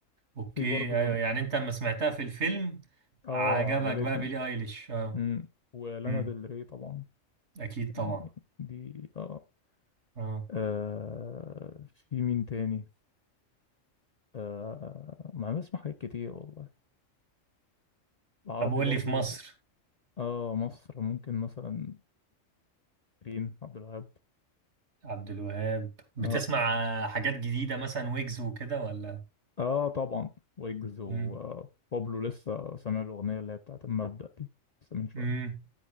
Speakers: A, on the right (about 60°); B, on the left (about 40°).
A: اوكي
B: في برضو
A: ايوه
B: ال...
A: يعني انت لما سمعتها في الفيلم
B: اه
A: عجبك
B: عجبتني
A: بقى بيلي ايليش اه
B: امم ولانا
A: امم
B: ديل ري طبعا
A: اكيد طبعا
B: يعني دي اه,
A: اه
B: آه... في مين تاني آه... ما أنا بسمع حاجات كتير والله العربي
A: طب قول
B: برضو
A: لي في مصر
B: اه مصر ممكن مثلا رين عبد الوهاب
A: عبد الوهاب بتسمع
B: آه،
A: آه، حاجات جديدة مثلا ويجز وكده ولا
B: اه طبعا ويجز وبابلو
A: امم
B: لسه سامع الاغنيه اللي هي بتاعت المبدأ دي لسه من شويه
A: امم